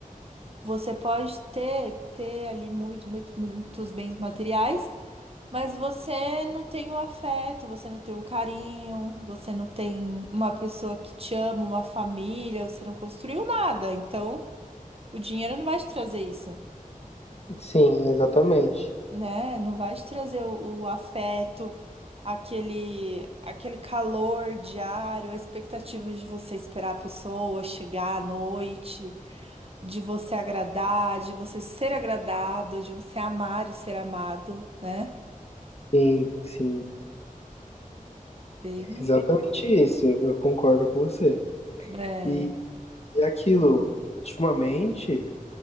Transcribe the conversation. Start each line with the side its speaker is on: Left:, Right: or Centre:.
Right: você pode ter ter ali muito, muito- muitos bens materiais, mas você não tem o afeto, você não tem o carinho, você não tem uma pessoa que te ama, uma família, você não construiu nada. Então, o dinheiro não vai te trazer isso.
Left: Sim, exatamente.
Right: né? Não vai te trazer o, o afeto, aquele, aquele calor diário, a expectativa de você esperar a pessoa chegar à noite, de você agradar, de você ser agradado, de você amar e ser amado, né?
Left: Sim, sim.
Right: Bem,
Left: Exatamente isso. Eu concordo com você.
Right: é,
Left: E, e aquilo, ultimamente,